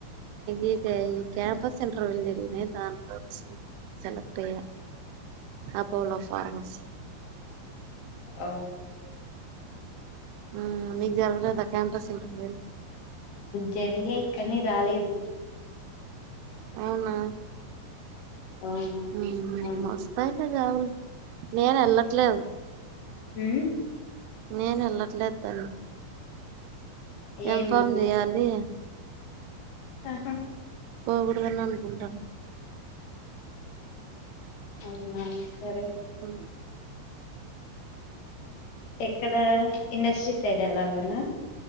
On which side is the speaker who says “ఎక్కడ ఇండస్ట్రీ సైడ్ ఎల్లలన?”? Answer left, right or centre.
Left